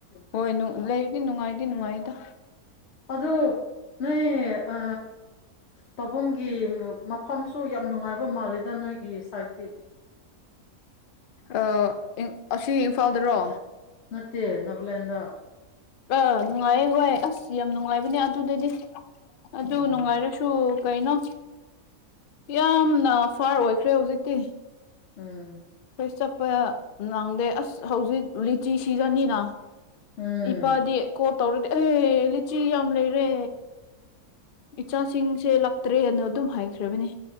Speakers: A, on the left; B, on the left.
A: ꯍꯣꯏ ꯅꯨ ꯂꯩꯕꯗꯤ ꯅꯨꯉꯥꯏꯗꯤ ꯅꯨꯉꯥꯏꯗ
B: ꯑꯗꯨ ꯅꯣꯏ ꯑ ꯄꯥꯕꯨꯡꯒꯤ ꯃꯞ ꯐꯝꯁꯨ ꯌꯥꯝ ꯅꯨꯡꯉꯥꯏꯕ ꯃꯥꯜꯂꯤꯗ ꯅꯣꯏꯒꯤ ꯁꯥꯏꯠꯇꯤ
A: ꯑꯥ ꯑꯁꯤ ꯏꯝꯐꯥꯜꯗꯔꯣ
B: ꯅꯠꯇꯦ ꯅꯒꯂꯦꯟꯗ
A: ꯑꯥ ꯅꯨꯉꯥꯏꯌꯦ ꯍꯣꯏ ꯑꯁ ꯌꯥꯝ ꯅꯨꯉꯥꯏꯕꯅꯦ ꯑꯗꯨꯗꯗꯤ ꯑꯗꯨ
B: ꯎꯝ
A: ꯅꯨꯉꯥꯏꯔꯁꯨ ꯁꯨ ꯀꯩꯅꯣ ꯌꯥꯝꯅ ꯐꯥꯔ ꯑꯣꯏꯈ꯭ꯔꯦ ꯍꯧꯖꯤꯛꯇꯤ
B: ꯎꯝ
A: ꯈꯣꯏ ꯆꯞꯄ ꯅꯪꯗꯦ ꯑꯁ ꯍꯧꯖꯤꯛ ꯂꯤꯆꯤ ꯁꯤꯖꯟꯅꯤꯅ
B: ꯎꯝ
A: ꯏꯄꯥꯗꯤ ꯀꯣꯜ ꯇꯧꯔꯗꯤ ꯑꯦ ꯂꯤꯆꯤ ꯌꯥꯝ ꯂꯩꯔꯦ ꯏꯆꯥꯁꯤꯡꯁꯦ ꯂꯛꯇ꯭ꯔꯦꯅ ꯗꯨꯝ ꯍꯥꯏꯈ꯭ꯔꯕꯅꯤ